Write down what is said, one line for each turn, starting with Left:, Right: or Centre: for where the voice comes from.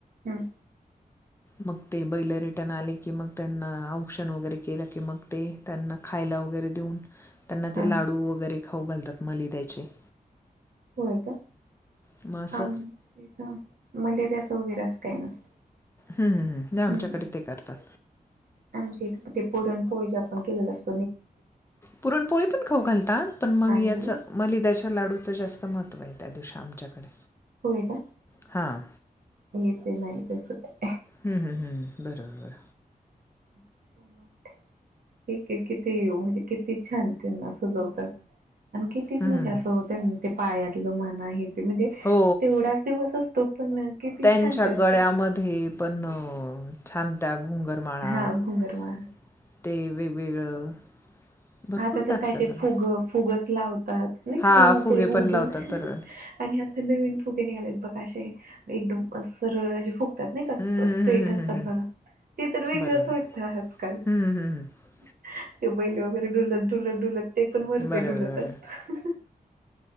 Right: हम,
Left: मग ते बैल रिटर्न आले. की मग त्, यांना औक्षण वगैरे केलं की मग ते त्यांना खायला वगैरे देऊन त्यांना ते
Right: हा
Left: लाडू वगैरे खाऊ घालतात मालिद्याचे.
Right: होय, का
Left: मग असं
Right: आमच्या इथं मलिद्याच वगैरे अस काही नसतं.
Left: हम्म हम् हम् नाही आमच्याकडे
Right: हम्म
Left: ते करतात.
Right: आमच्या इथे ते पुरण पोळी आपण जे केलेलं असते.
Left: पुरणपोळी पण खाऊ घालता पण मग
Right: आणि
Left: याच मलिदाच्या लाडूचं जास्त महत्व आहे त्या दिवशी आमच्याकडे
Right: होय का
Left: हां
Right: एक ते नाही तस काय
Left: हम्म हम्म हम्म बरोबर,
Right: अ्छा मस्त ठीक आहे किती म्हणजे किती छान त्यांना सजवतात आणि कितीच
Left: हं,
Right: म्हणजे
Left: हं, हं.
Right: असं होत ना ते पायातलं म्हन आहे ते म्हणजे
Left: हो
Right: तेवढाच दिवस असतो पण किती
Left: त्यांच्या
Right: छान जातो
Left: गळ्यामध्ये पण छान <unintelligible>
Right: हा घुंगरवा आता तर
Left: घातलं
Right: काय ते
Left: जातं
Right: फुग फुगच लावत नाही
Left: हा
Right: का ते उभे
Left: फुगे पण
Right: उभे
Left: लावतात बरोबर
Right: आणि आता नवीन फुगे निघालेत बघ एकदम सरळे फुकतात नाही का
Left: हम्म,
Right: स्ट्रेट
Left: हम्म,
Right: असतात
Left: हम्म, हम्म, हम्म.
Right: बघा त तर वेगळंच
Left: बरोबर
Right: वाटतं आजकाल
Left: हम्म, हम्म, हम्म.
Right: ते बैले वगैरे डुलत- डुलत - डुलत ते पण वरते
Left: बरोबर
Right: डुलत असतं
Left: बरोबर